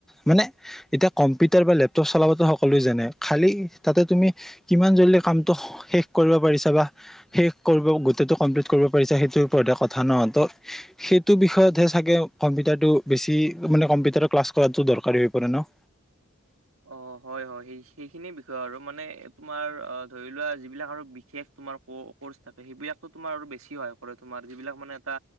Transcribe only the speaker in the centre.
মানে, এতিয়া কম্পিউটাৰ বা লেপটপ চলাবাতো সকলোৱে জানে খালি তাতে তুমি কিমান জল্দি কামটো শেষ কৰিব পাৰিছা বা শেষ কৰিব গোটেইটো কমপ্লিট কৰিব পাৰিছা, সেইটোৰ ওপৰতে কথা ন। সেইটো বিষয়তহে চাগে কম্পিউটাৰটো বেছি মানে, কম্পিউটাৰ ক্লাছ কৰাতো দৰকাৰী হৈ পৰে ন।